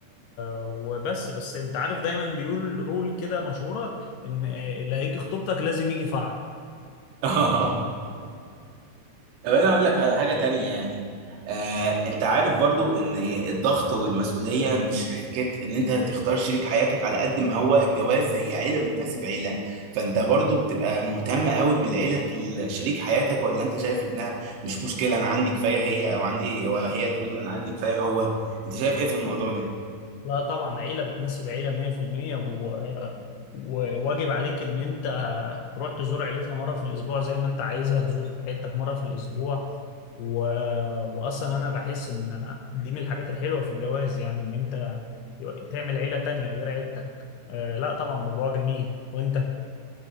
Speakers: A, on the left; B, on the right.
A: وبس بس انت عارف دايما بيقول رول كده مشهوره ان اللي هيجي خطوبتك لازم يجي فرح
B: <laughs> طب انا اقول لك على حاجه تانية يعني آه، انت عارف برضو ان الضغط والمسؤوليه مش حكايه ان انت تختار شريك حياتك على قد ما هو الجواز هي عيله بتناسب عيله فانت برضو بتبقى مهتم قوي بالعيله ال- شريك حياتك ولا انت شايف انها مش مشكله انا عندي كفايه هي او عندي وهي تقول انا عندي كفايه هو انت شايف ايه في الموضوع ده
A: لا طبعا عيلة بتناسب عيلة 100% و... وواجب عليك ان انت تروح تزور عيلتها مرة في الاسبوع زي ما انت عايزها تزور عيلتك مرة في الاسبوع و... واصلا انا بحس ان دي من الحاجات الحلوة في الجواز يعني ان انت تعمل عيلة تانية غير عيلتك آه لا طبعا موضوع جميل وانت